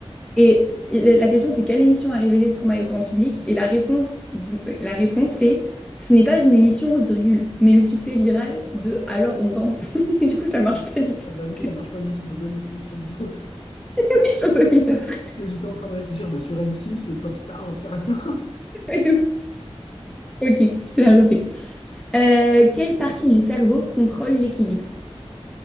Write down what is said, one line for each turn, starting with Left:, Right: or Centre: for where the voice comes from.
Centre: Et la la question, c'est quelle émission a révélé Stromae au grand public? Et la réponse, dou- euh, la réponse, c'est ce n'est pas une émission, virgule, mais le succès viral de Alors on danse. <laughs> Et du coup, ça marche
Left: Ah,
Centre: pas du tout.
Left: ah bah non,
Centre: Qu'est-ce
Left: ça marche
Centre: que
Left: pas du tout. Je veux bien notre question du coup.
Centre: <laughs> je suis en dominatrice.
Left: Parce que j'étais en train de réfléchir bah, sur M6, euh, Popstar, j'en sais rien. <laughs>
Centre: Ouais, de ouf. Ok, je te la refais. Euh, quelle partie du cerveau contrôle l'équilibre?